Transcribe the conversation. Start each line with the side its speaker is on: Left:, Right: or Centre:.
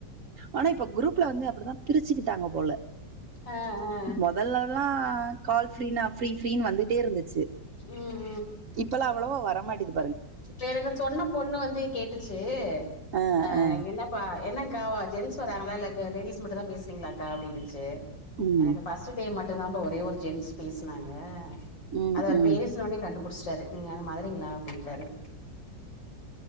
Right: ஆனா இப்ப குரூப்ல வந்து அப்டிதா பிரிச்சுக்கிட்டாங்க போல
Left: ஆ ஆ
Right: மொதல்லல்லா கால் ஃப்ரீனா ஃபிரீ ஃப்ரீனு வந்துட்டே இருந்துச்சு
Left: ம்
Right: இப்பல்லா அவ்வளவா வரமாட்டிது
Left: வேறென்ன சொன்ன பொண்ணு வந்து கேட்டுச்சு
Right: ஆ
Left: அ
Right: ஆ
Left: என்ன பா என்னங்க்கா ஜென்ஸ் வராங்களா இல்ல க லேடிஸ் மட்டுந் தா பேசுறீங்களாக்கா அப்டின்னுச்சு
Right: ம்
Left: எனக்கு ஃப ஃபஸ்ட்டு டே மட்டுந்தாபா ஒரே ஒரு ஜென்ஸ் பேசுனாங்க
Right: ம்
Left: அது அவர்
Right: ம்
Left: பேஸ்னோனே கண்டுபுடுச்சுட்டாரு நீங்க எங்க மதுரைங்களா அப்டின்டாரு